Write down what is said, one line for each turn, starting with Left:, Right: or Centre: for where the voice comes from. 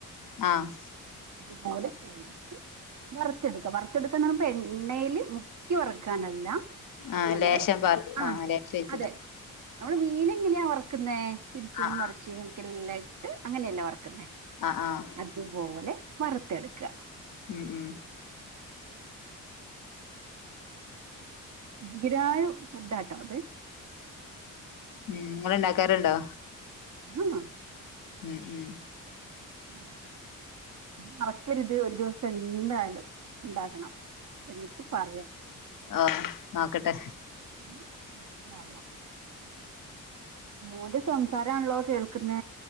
Left: ആഹ്
Right: അതുപോലെ ശരിട്ട വറുത്തെടുക്ക വറുത്തെടുക്കന്ന് പറയുമ്പ എണ്ണയില് മുക്കി വറുക്കാനല്ല
Left: ആഹ്
Right: നമ്മള്
Left: ലേശം പറ
Right: ആ
Left: ആഹ് ലേശ വെച്ചിട്ട്
Right: അതെ നമ്മള് മീൻ ഇങ്ങനെയാ വർക്കുന്ന തിരിച്ചും
Left: ആഹ്
Right: മറിച്ചും ഒക്കെല്ല ഇട്ട് അങ്ങനെയല്ല വറക്കുന്നേ
Left: ആഹ് ആഹ് ആഹ്
Right: അതുപോലെ വറുത്തെടുക്കുക.
Left: ഉം ഉം
Right: ഉം ജീരായ ഫുഡാട്ടോ അത്
Left: ഇങ്ങെൾ ഉണ്ടാക്കാറണ്ടോ?
Right: അഹ്
Left: ഉം ഉം
Right: ഉം മറക്കരുത് ഒരു ദിവസം എന്താലും ഉണ്ടാക്കണം. എന്നിട്ട് പറയണം
Left: ആ നോക്കട്ടെ
Right: ഇൻ ഷ അല്ലാഹ് മോന്റെ സംസാരമാണല്ലോ കേൾക്കുന്ന